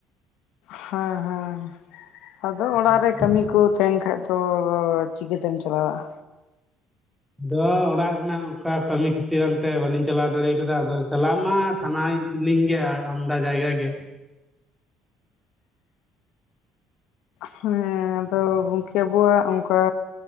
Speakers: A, on the left; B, in the centre.
A: ᱦᱮᱸ ᱦᱮᱸ ᱟᱫᱚ ᱚᱲᱟᱜ
B: ᱟᱫᱚ
A: ᱨᱮ ᱠᱟᱹᱢᱤ ᱠᱚ ᱛᱟᱦᱮᱱ ᱠᱷᱟᱡ ᱫᱚ ᱛᱚ ᱪᱤᱠᱟᱹᱛᱮᱢ ᱪᱟᱞᱟᱼᱟ
B: ᱟᱫᱚ ᱚᱲᱟᱜ ᱨᱮᱱᱟᱜ ᱚᱱᱠᱟ ᱠᱟᱹᱢᱤ ᱠᱷᱟᱹᱛᱤᱨ ᱟᱱᱛᱮ ᱵᱟᱹᱞᱤᱧ ᱪᱟᱞᱟᱣ ᱫᱟᱲᱮ ᱠᱟᱫᱟ ᱟᱫᱚ ᱪᱟᱞᱟᱜ ᱢᱟ ᱥᱟᱱᱟᱭ ᱞᱤᱜᱮ ᱟᱢᱫᱟ ᱡᱟᱭᱜᱟ ᱜᱮ
A: ᱦᱮᱸ ᱟᱫᱚ ᱜᱚᱢᱠᱮ ᱟᱵᱚᱣᱟᱜ ᱚᱱᱠᱟ᱾